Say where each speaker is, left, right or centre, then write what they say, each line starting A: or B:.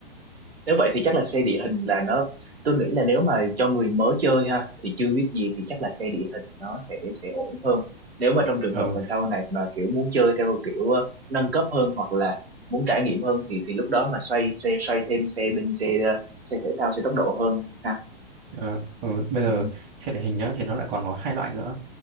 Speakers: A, on the right; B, on the right.
A: nếu vậy thì chắc là xe địa hình là nó tôi nghĩ là nếu mà cho người mới chơi ha thì chưa biết gì thì chắc là xe địa hình nó sẽ sẽ ổn hơn nếu mà trong trường
B: ừ.
A: hợp mà sau này mà kiểu muốn chơi theo kiểu ờ, nâng cấp hơn hoặc là muốn trải nghiệm hơn thì thì lúc đó mà xoay xe xoay thêm xe bên xe ờ, xe thể thao xe tốc độ hơn ha
B: Ờ, ừ, bây giờ
A: ừ
B: xe địa hình nhá thì nó lại còn có hai loại nữa